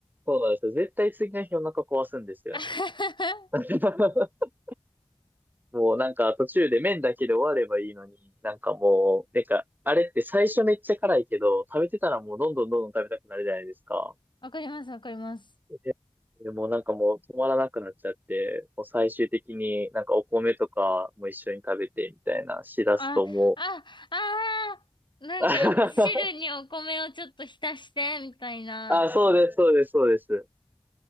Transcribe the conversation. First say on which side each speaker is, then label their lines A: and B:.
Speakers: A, on the right; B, on the left.
A: そうなんですよ。絶対次の日お腹壊すんですよね。
B: <laughs>
A: <laughs> もうなんか途中で麺だけで終わればいいのに、なんかもう、なんか、あれって最初めっちゃ辛いけど、食べてたらもうどんどんどんどん食べたくなるじゃないですか。
B: わかります、わかります。
A: で、でもうなんかもう止まらなくなっちゃって、もう最終的になんかお米とかも一緒に食べてみたいなしだすとも
B: あ、あ、あー。なんか、
A: う。<laughs>
B: 汁にお米をちょっと浸して、みたいな。
A: あ、そうです、そうです、そうです。